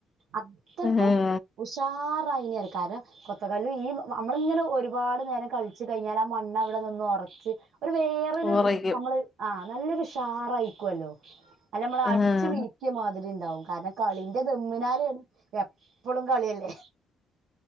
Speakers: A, on the right (about 75°); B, on the left (about 30°).
A: അത്രക്കും
B: ഏഹ്
A: ഉഷാറാ അത്രക്കയിനി കാരണം കൊതക്കല്ല് <unintelligible> ഞമ്മൾ ഒരുപാട് നേരം കളിച്ചു കഴിഞ്ഞാൽ മണ്ണവടെ നിന്ന് ഒറ ക്കും ഒരു വേറൊരു
B: ഉറയ്ക്കും
A: ഞമ്മള് ആ നല്ലൊരു ഉഷാറായിരിക്കല്ലോ അല്ല ഞമ്മൾ അടിച്ച്
B: ഏഹ്
A: മിനുക്കിയ മാതിരി കളിൻ്റെ തമ്മിനാല് ഇപ്പോ എപ്പോളും കളിയല്ലേ